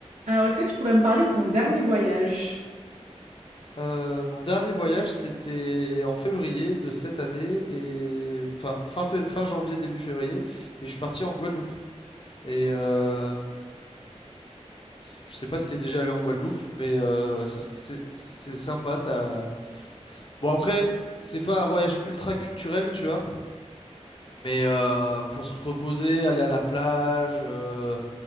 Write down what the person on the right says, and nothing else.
Alors, est-ce que tu pourrais me parler de ton dernier voyage?